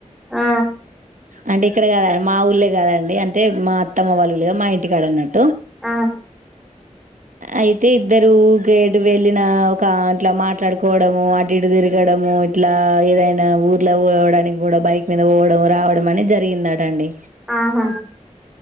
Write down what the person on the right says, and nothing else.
అంటే ఇక్కడ మా ఊళ్లేే కాదండి అంటే మా అత్తమ్మ వాల ఇల్లుకదు మా ఇంటికాడ అన్నట్టు
అయితే ఇద్దరు గెడ్ వెళ్ళిన క అంట్లా మాట్లాడుకోవడము అటు ఇటు తిరగడము ఇట్లా ఏదైనా ఊర్లో పోవడానికి కూడా బైక్ మీద పోవడం రావడం అనీ జరిగిందట అండి